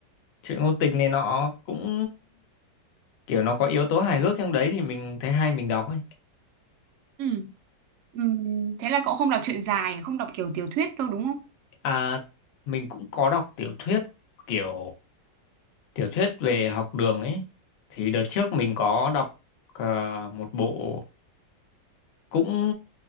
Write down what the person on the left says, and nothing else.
chuyện ngôn tình này nọ cũng kiểu nó có yếu tố hài hước trong đấy thì mình thấy hay mình đọc ấy
à mình cũng có đọc tiểu thuyết kiểu tiểu thuyết về học đường ấy thì đợt trước mình có đọc ờ, một bộ cũng